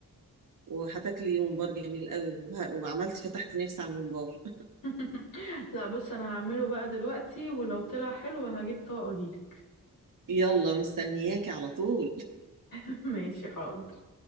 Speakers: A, on the right; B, on the left.
A: وهتاكلي ممبار جميل قوي وه... وعملتي فتحت نفسي على الممبار
B: <laughs> لا بص انا هعمله بقى دلوقتي ولو طلع حلو هجيب طبق واجيلك
A: يلا مستنياكي على طول
B: <laughs> ماشي حاضر